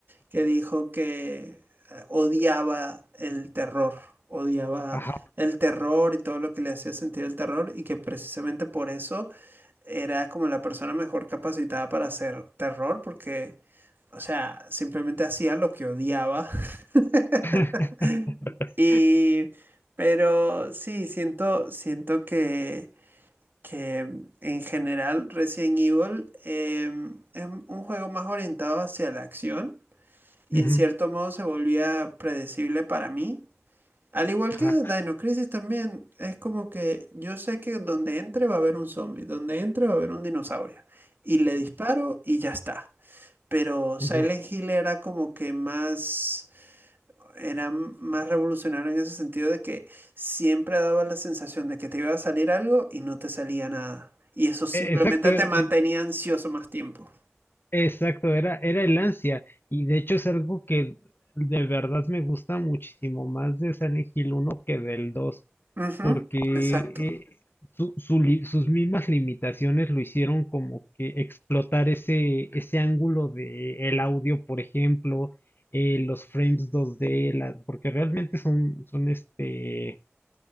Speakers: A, on the right; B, on the left.
A: que dijo que eh, odiaba el terror, odiaba
B: Ajá.
A: el terror y todo lo que le hacía sentir el terror y que precisamente por eso era como la persona mejor capacitada para hacer terror porque, o sea, simplemente hacía lo que odiaba. <laughs>
B: <laughs>
A: Y, pero sí, siento, siento que, que en general Resident Evil em, es un juego más orientado hacia la acción y
B: Ujú,
A: en cierto modo se volvía predecible para mí. Al igual
B: ajá,
A: que Dino Crisis también, es como que yo sé que donde entre va a haber un zombie, donde entre va a haber un dinosaurio. Y le disparo y ya está. Pero
B: ujú.
A: Silent Hill era como que más, era m- más revolucionario en ese sentido de que siempre daba la sensación de que te iba a salir algo y no te salía nada. Y eso simplemente
B: E- Exacto, era-
A: te mantenía
B: era-
A: ansioso más tiempo.
B: exacto, era, era el ansia. Y de hecho es algo que de verdad me gusta muchísimo más de Silent Hill uno que del 2,
A: Ujú,
B: porque
A: exacto.
B: eh, su- su li- sus mismas limitaciones lo hicieron como que explotar ese, ese ángulo de el audio, por ejemplo, eh, los frames dos d la- porque realmente son, son este